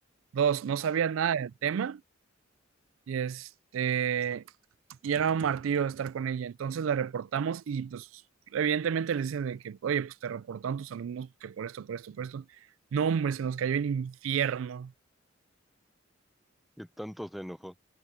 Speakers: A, on the right; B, in the centre.
A: Dos, no sabía nada del tema y este, y era un martirio estar con ella. Entonces la reportamos y pues evidentemente le dicen de que, oye, pues te reportaron tus alumnos que por esto, por esto, por esto. No, hombre, se nos cayó el infierno.
B: que tanto se enojó.